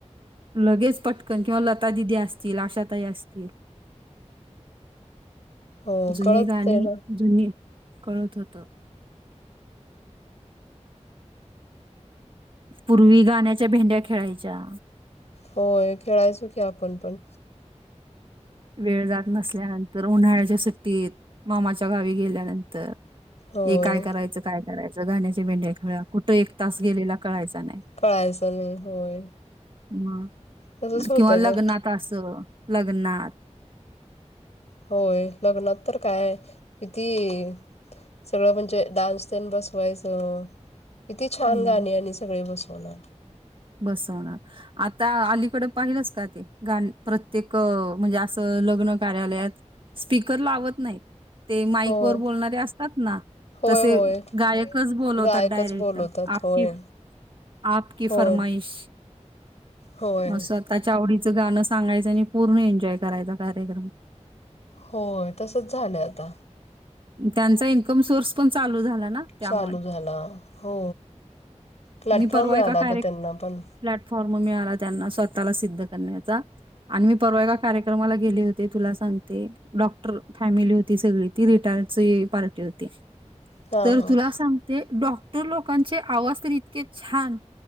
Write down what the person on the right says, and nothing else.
लगेच पटकन किंवा लता दिदी असतील आशाताई असतील.
जुनी
गाणी
जुनी कळत होत. पूर्वी गाण्याच्या भेंड्या खेळायच्या.
वेळ जात नसल्यानंतर. उन्हाळ्याच्या सुट्टीत मामाच्या गावी गेल्यानंतर.
ए काय करायचं? काय करायचं? गाण्याचे भेंढ्या खेळ्या कुठं एक तास गेलेला कळायचा नाही.
म
किंवा लग्नात
असं लग्ना
मग
बसवणार. आता अलीकड पाहिलंस का ते गाण प्रत्येक म्हणजे असं लग्न कार्यालयात स्पीकर लावत नाहीत. ते माईक
वर बोलणारे असतात ना.
तसे
गायकच बोलवतात
डायरेक्ट.
आपकी
आपकी
फरमाईश
असत. त्याच्या आवडीचं गाणं सांगायचं आणि पूर्ण एन्जॉय करायचा कार्यक्रम.
त्यांचा इनकम सोर्स पण चालू झाला ना त्यामुळे
मी परवा
एका कार्यक्रम
प्लॅटफॉर्म मिळाला त्यांना स्वतःला सिद्ध करण्याचा आणि मी परवा एका कार्यक्रमाला‌ गेली होती तुला सांगते डॉक्टर फॅमिली होती सगळी ती रिटायर्डची पार्टी होती
तर
तुला सांगते, डॉक्टर लोकांचे आवाज तर इतके छान